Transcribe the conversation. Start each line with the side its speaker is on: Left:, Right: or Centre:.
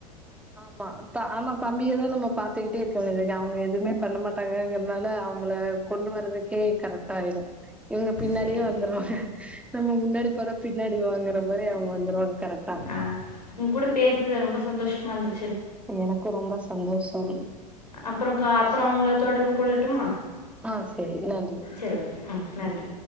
Centre: ஆமா ப ஆமா தம்பிய தா நம்ம பாத்துக்கிட்டே இருக்க <unintelligible> அவங்க எதுமே பண்ண மாட் டாங்கங்றதுனால அவங்கள கொண்டு வரதுக்கே கரெக்ட்டாயிரு இவங்க பின்னாடியே
Left: சரி
Centre: வந்துருவாங்க நம்ம முன்னாடி போற பின்னாடி வாங்குற மாரி அவங்க வந்துருவாங்க கரெக்டா
Left: அ உங் கூட பேசுனது ரொம்ப சந்தோஷமாருந்து
Centre: எனக்கு ரொம்ப சந்தோஷம்
Left: அப்புறங் க்கா அப்ரோ ஒங்ள தொடர்பு கொள்ளட்டுமா
Centre: ஆ சரி நன்றி
Left: சரி ஓகே நன்றி